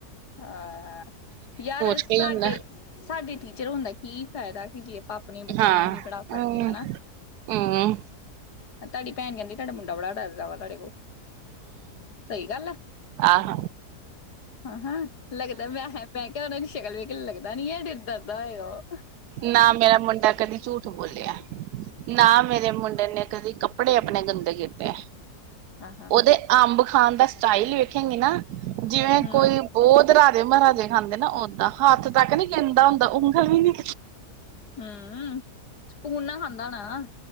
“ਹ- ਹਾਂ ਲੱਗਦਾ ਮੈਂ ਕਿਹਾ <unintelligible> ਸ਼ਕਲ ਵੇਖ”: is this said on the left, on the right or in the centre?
Left